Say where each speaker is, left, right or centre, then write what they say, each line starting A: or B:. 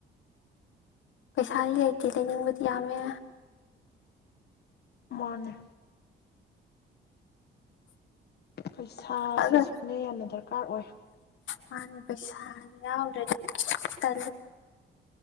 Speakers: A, on the left; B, on the left.
A: ꯄꯩꯁꯥ ꯂꯩꯇꯦ ꯂꯩꯅꯤꯡꯕꯗꯤ ꯌꯥꯝꯃꯦ
B: ꯃꯅꯤ ꯄꯩꯁꯥꯁꯤꯁꯨꯅꯦ
A: ꯑꯗ
B: ꯌꯥꯝꯅ ꯗꯔꯀꯥꯔ ꯑꯣꯏ
A: ꯃꯥꯅꯦ ꯄꯩꯁꯥꯔ ꯇ